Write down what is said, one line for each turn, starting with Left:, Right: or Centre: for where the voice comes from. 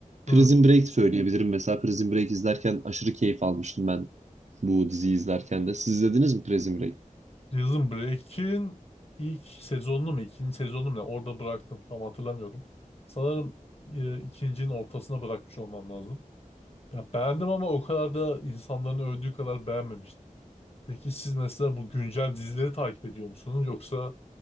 Left: hı.
Right: Prison Break söyleyebilirim. Mesela Prison Break izlerken aşırı keyif almıştım ben bu diziyi izlerken de. Siz izlediniz mi Prison Break?
Left: Prison Break'in ilk sezonunu mu ikinci sezonunu mu ne? orada bıraktım tam hatırlamıyorum. Sanırım e, ikincinin ortasına bırakmış olmam lazım. Ya beğendim ama o kadar da insanların övdüğü kadar beğenmemiştim. Peki siz mesela bu güncel dizileri takip ediyor musunuz? Yoksa